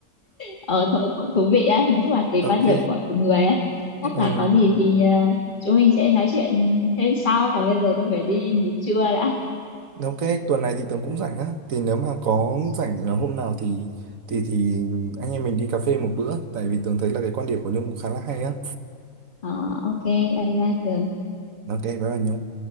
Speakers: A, on the left; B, on the right.
A: ờ thôi cũng thú vị á nói chung là tùy
B: ok.
A: quan điểm của từng người á chắc
B: Ừ, ừ.
A: là có gì thì ờ, chúng mình sẽ nói chuyện thêm sau còn bây giờ tôi phải đi nghỉ trưa đã
B: ok, tuần này thì tớ cũng rảnh á. Thì nếu mà có rảnh là hôm nào thì thì thì anh em mình đi cà phê một bữa. Tại vì tớ thấy là cái quan điểm của Nhung cũng khá là hay á.
A: ờ, ok bye bye Tường
B: Ok, bye bye Nhung.